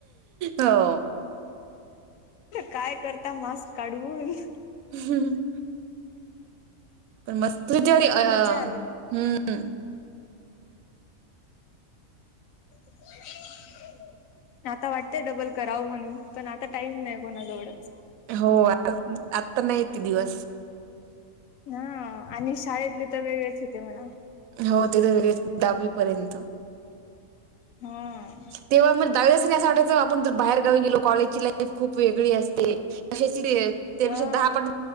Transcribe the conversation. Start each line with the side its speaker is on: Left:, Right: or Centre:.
Right: हो.
Left: काय करता मास्क काढवून.
Right: हम्म पण मस्त जरी अ हम्म.
Left: मज्जा आली पण <inaudible> आता वाटतेय डबल कराव म्हणून पण आता टाईम नाही कोणाजवळच.
Right: हो आ आता नाही ते दिवस.
Left: हा आणि शाळेतले तर वेगळेच होते मला.
Right: हो तेिथे वेगळे दडहावी पर्यंत.
Left: हा.
Right: तेव्हा मग दावेदस्तनी असं वाटायचं आपण ज बाहेर गाऊन गेलो कॉलेजची लाईफ खूप वेगळी असते. का त्यापेक्षा
Left: हा
Right: दहा पट